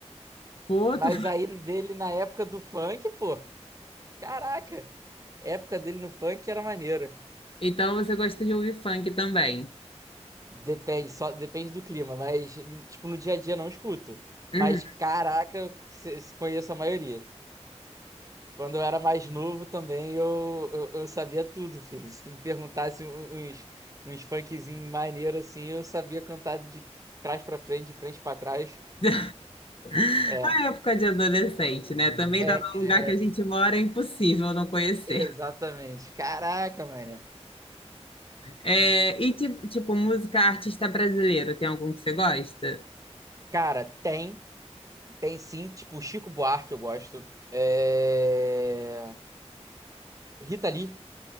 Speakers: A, on the left (about 50°); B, on the right (about 30°).
A: pô,
B: Mas
A: tu
B: aí dele na época do funk, pô. Caraca! A Época dele no funk era maneiro.
A: Então você gosta de ouvir funk também.
B: Depende, só depende do clima, mas tipo, no dia a dia não escuto. Mas
A: Uhum.
B: caraca, eu se- se conheço a maioria. Quando eu era mais novo também, eu, eu, eu sabia tudo, filho. Se tu me perguntasse u- uns, uns funkzinhos maneiro assim, eu sabia cantar de trás pra frente, de frente pra trás.
A: <laughs>
B: É,
A: A época de adolescente, né? Também
B: é,
A: dá
B: é,
A: no lugar que a gente mora, é impossível não conhecer.
B: exatamente. Caraca, mano.
A: É, e tipo, tipo, música artista brasileiro, tem algum que você gosta?
B: Cara, tem. Tem sim, tipo, Chico Buarque eu gosto. É... Rita Lee.